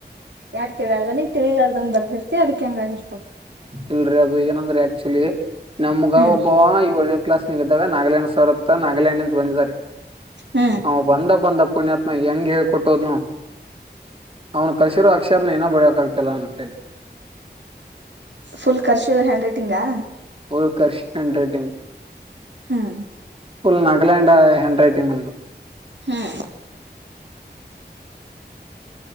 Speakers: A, on the right; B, on the right.
A: ಯಾಕ್ತಿಳಲ್ಲ ನೀ ತಿಳಿಲಾರದಂಗ್ ಬರ್ದಿರ್ತಿ ಅದಕ್ ಹೆಂಗ ಆಾಗಿರ್ತವ
B: ಇಲ್ರರಿ ಅದು ಏನಂದ್ರೆ ಆಕ್ಚುಲಿ ನಮ್ಗ
A: ಹ್ಮ್
B: ಒಬ್ಬ <unintelligible> ಕ್ಲಾಸ್ ನಿದಾಗ ನಾಗಾಯಂಡ್ ಸರತ್ತ ನಾಗಾಲ್ಯಾಂಡ್ ಅಂತ ಬಂದಿದ್ದಾರೆ
A: ಹ್ಮ್
B: ಅವ ಬಂದ ಬಂದ ಪುಣ್ಯಾತ್ಮ ಹೆಂಗ್ ಹೇಳ್ಕೊಟ್ಟೋದ್ನೋ ಅವನು ಕಸಿರೋ ಅಕ್ಷರನ ಏನ ಬಡಿಯಕಾಗ್ತಿಲ್ಲ ನನ್ನ ಕೇಳಿ
A: ಫುಲ್ ಖರ್ಷು ಹ್ಯಾಂಡ್ ರೈಟಿಂಗಾ
B: ಓಲ್ ಕರ್ಷ ಹಂಡ್ ರೇಟಿಂಗ್
A: ಹ್ಮ್
B: ಫುಲ್ ನಾಗಾಲ್ಯಾಂಡ್ ಹ್ಯಾಂಡ್ ರೈಟಿಂಗ್ ನಮ್ದು
A: ಹ್ಮ್